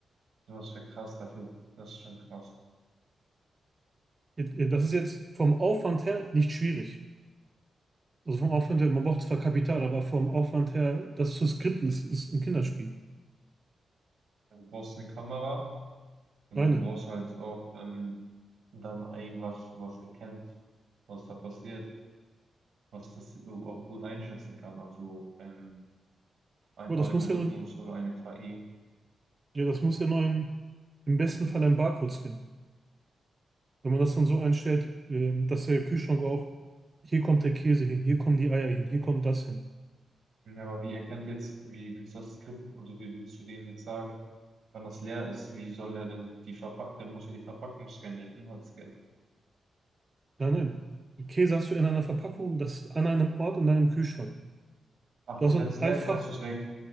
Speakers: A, on the right; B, on the right.
A: sowas wäre krass dafür. Das ist schon krass.
B: Jetzt- jetzt- Das ist jetzt vom Aufwand her nicht schwierig. Also vom Aufwand her, man braucht zwar Kapital, aber vom Aufwand her, das zu skripten, ist, ist ein Kinderspiel.
A: Also, Du brauchst eine Kamera und
B: Nein,
A: du
B: nein.
A: brauchst halt auch ähm, dann irgendwas, was erkennt, was da passiert, was das auch gut einschätzen kann. Also ein, ein
B: Aber
A: Algorithmus
B: das muss ja nur,
A: oder eine KI.
B: ja, das muss ja nur ein, im besten Fall ein Barcode scannen. Wenn man das dann so einstellt, ähm, dass der Kühlschrank auch, hier kommt der Käse hin, hier kommen die Eier hin, hier kommt das hin.
A: Ja, Aber wie erkennt jetzt, wie willst du das Skript, also wie willst du denen jetzt sagen, wann das leer ist? Wie soll er denn die Verpackung, der muss ja die Verpackung scannen, den Inhalt scannen.
B: Nein, nein. Käse hast du in einer Verpackung, das an einem Ort in deinem Kühlschrank.
A: Ach,
B: Du
A: und
B: hast ein
A: wenn es
B: ein
A: leer ist,
B: Fach,
A: schmeißt du es weg.